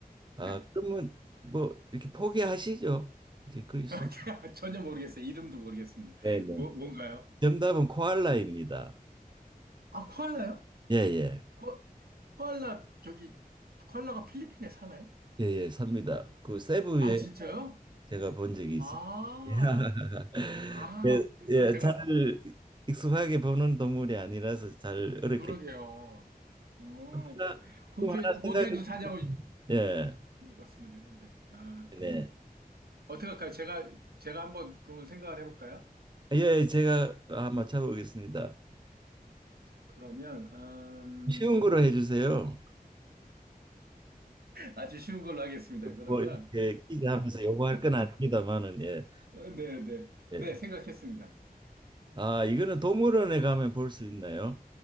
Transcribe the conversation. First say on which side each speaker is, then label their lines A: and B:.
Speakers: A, on the right; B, on the right.
A: 아
B: 네.
A: 그러면 뭐 이렇게 포기하시죠? 이제 거의 숨.
B: <laughs> 전혀 모르겠어요. 이름도 모르겠습니다.
A: 네네.
B: 뭐, 뭔가요?
A: 정답은 코알라입니다.
B: 아, 코알라요?
A: 예예.
B: 코, 코알라, 저기, 코알라가 필리핀에 사나요?
A: 예예. 삽니다. 그 세부에
B: 아, 진짜요?
A: 제가 본 적이
B: 아,
A: 있습니다. <laughs>
B: 아,
A: 예, 예,
B: 제가
A: 잘 익숙하게 보는 동물이 아니라서 잘 어렵게.
B: 그러게요. 어,
A: 하나,
B: 호주에,
A: 좀 하나
B: 호주에도
A: 생각해
B: 사냐고
A: 보세요. 예,
B: 물어봤으면 되는데. 아, 그러면.
A: 네.
B: 어떡할까요? 제가, 제가 한번 그러면 생각을 해볼까요?
A: 예, 예, 제가 아, 맞춰보겠습니다.
B: 그러면, 음,
A: 쉬운 거로 해주세요.
B: 아주 쉬운 걸로 하겠습니다. 그러면,
A: 뭐 이렇게 퀴즈 하면서 요구할 건 아닙니다만은 예,
B: 어, 네, 네.
A: 예.
B: 네, 생각했습니다.
A: 아, 이거는 동물원에 가면 볼 수 있나요?